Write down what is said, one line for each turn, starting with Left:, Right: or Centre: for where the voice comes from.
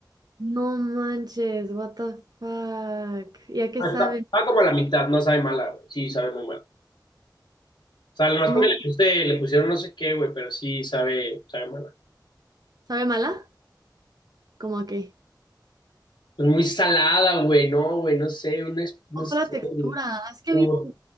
Right: No manches, what the fuck. ¿Y a qué
Left: Ah,
Right: sabe?
Left: Está, está como a la mitad, no sabe mala, güey, sí, sabe muy mala. O sea, nomás
Right: ¿No?
Left: porque le, puse- le pusieron no sé qué, güey, pero sí sabe, sabe mala.
Right: ¿Sabe mala? ¿Cómo a qué?
Left: Pues muy salada, güey, no, güey, no sé, una, es- no
Right: ¿Cómo
Left: sé,
Right: fue la textura?
Left: güey.
Right: Es que
Left: Como
Right: a mí